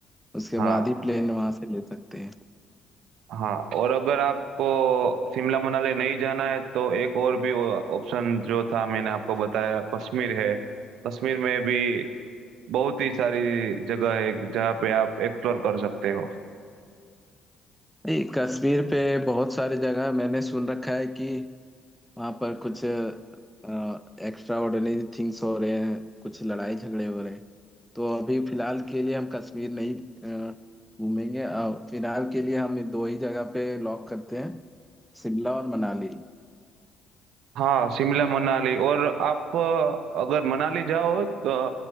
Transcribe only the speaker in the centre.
उसके
बाद ही प्लेन वहां से ले सकते हैं
नहीं कश्मीर पे बहुत सारी जगह मैंने सुन रखा है कि वहां पर कुछ एक्स्ट्रा ऑर्डिनरी थिंग्स हो रहे हैं कुछ लड़ाई झगड़े हो रहे हैं तो अभी फिलहाल के लिए हम कश्मीर नहीं अ, घूमेंगे अ, फिलहाल के लिए हम ये दो ही जगह पे लॉक करते हैं शिमला और मनाली